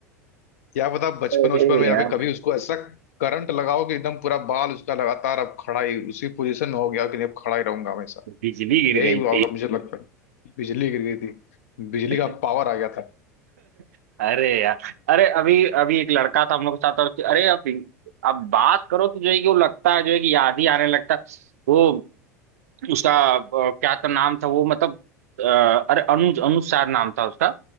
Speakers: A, on the left; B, on the right.
A: क्या बता बचपन
B: अरे
A: बचपन में यहाँ
B: यार
A: पे कभी उसको ऐसा करंट लगाओ कि एकदम पूरा बाल उसका लगातार अब खड़ा ही उसी पोजीशन में हो गया कि नहीं अब खड़ा ही रहूंगा
B: बिजली गिर
A: यही
B: गई
A: हुआ होगा मुझे लगता है बिजली गिर गई थी बिजली का
B: थी
A: पावर आ गया था
B: <laughs> अरे यार अरे अभी अभी एक लड़का था हम लोग के साथ और अरे अब अब बात करो तो जो है कि वो लगता है जो है कि याद ही आने लगता है वो उसका अ, क्या तो नाम था वो मतलब अ, अरे अनुज अनुसार नाम था उसका